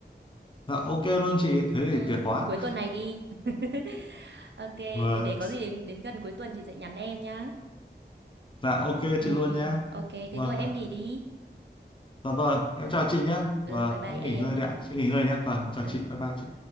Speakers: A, on the left (about 30°); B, on the right (about 70°).
A: dạ ok luôn chị thế thì
B: ừ,
A: tuyệt
B: ừ.
A: quá
B: cuối tuần này đi <laughs> ok
A: vâng
B: thì để có gì đến, đến gần cuối tuần chị sẽ nhắn em nhá
A: dạ ok
B: ừ
A: chị luôn
B: ừ
A: nhé
B: ok thế
A: vâng
B: thôi em
A: ạ
B: nghỉ đi
A: dạ vâng em
B: ừ
A: chào chị nhé
B: ừ
A: vâng
B: bye bye
A: em
B: em
A: nghỉ ngơi đấy ạ chị nghỉ ngơi nhé vâng chào
B: ừ
A: chị bye bye chị